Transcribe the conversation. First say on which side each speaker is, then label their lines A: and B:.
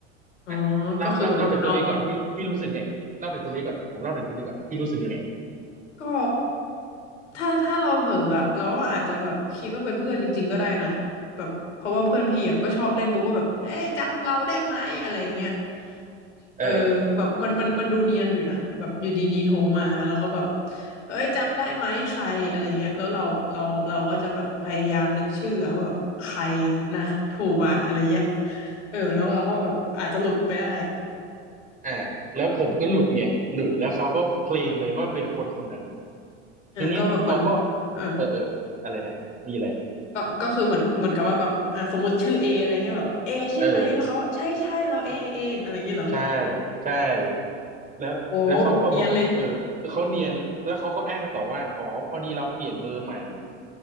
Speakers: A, on the left (about 85°); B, on the right (about 20°).
A: อ๋อ
B: อ่ะเล่าเล่าเล่าถึงตรงนี้ก่อนพี่รู้พี่รู้สึกไงเล่าถึงตรงนี้ก่อนผมเล่าถึงตรงนี้ก่อนพี่รู้สึกยังไง
A: ก็คือแบบเอาก็ถ้าถ้าเราเผลออะเราก็อาจจะแบบคิดว่าเป็นเพื่อนจริงๆก็ได้นะแบบเพราะว่าเพื่อนพี่อ่ะก็ชอบเล่นมุกว่าแบบเฮ้ยจำเราได้ไหมอะไรอย่างเงี้ย
B: เออ
A: เออแบบมันมันมันดูเนียนอยู่นะแบบอยู่ดีๆโทรมาแล้วก็แบบเอ้ยจำได้ไหมใครอะไรเงี้ยแล้วเราเราเราก็จะแบบพยายามนึกชื่อว่าแบบใครนะโทรมาอะไรเงี้ยเออแล้วเราก็แบบอาจจะหลุดไปได้
B: อ่าแล้วผมก็หลุดไงหลุดแล้วเขาก็เคลมเลยว่าเป็นคนคนนั้น
A: อ่าก็แบบเหมือน
B: ทีเนี้ยเขาก็
A: เออ
B: เออเอออะไรนะมีอะไร
A: ก็ก็คือเหมือนเหมือนกับว่าแบบอ่ะสมมติชื่อเออะไรเงี้ยแบบเอใช่ไหมแล้วเขาใช่ใช่เราเอเองอะไรเงี้ยเหรอ
B: เออใช่ใช่ใช่แล้วแล้วเขาก็บอกเออเขาเนียนแล้วเขาก็อ้างต่อว่าอ๋อพอดีเราเปลี่ยนเบอร์ใหม่
A: โอ้เนียนเลย